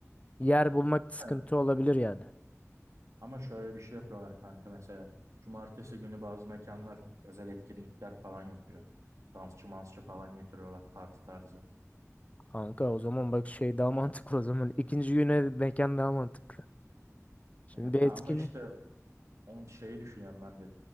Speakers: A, on the left; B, on the right.
A: Yer bulmak sıkıntı
B: He.
A: olabilir yani.
B: Ama şöyle bir şey yapıyorlar kanka mesela. Cumartesi günü bazı mekanlar özel etkinlikler falan yapıyor. Dansçı mansçı falan getiriyorlar parti tarzı.
A: Kanka o zaman bak şey daha <laughs> mantıklı o zaman. İkinci güne mekan daha mantıklı. Şimdi
B: Aynen.
A: bir
B: Ya
A: etkinlik.
B: ama işte onu şeyi düşünüyorum ben de.